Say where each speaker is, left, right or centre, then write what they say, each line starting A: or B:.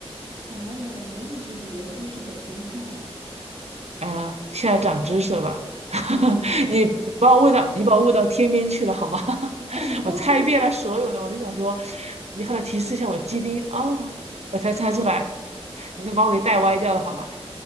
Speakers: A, on the right (about 60°); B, on the right (about 85°).
A: 哦，我一直以为它是北京菜，哎，
B: 啊、现在长知识了吧？<laughs>
A: 长知识了。
B: 你把我问到，你把我问到天边去了好吗？<laughs>
A: <laughs> 哦，
B: 我猜遍了所有的，我都想说，你后来提示一下我鸡丁哦，我才猜出来，你都把我给带歪掉了好吗？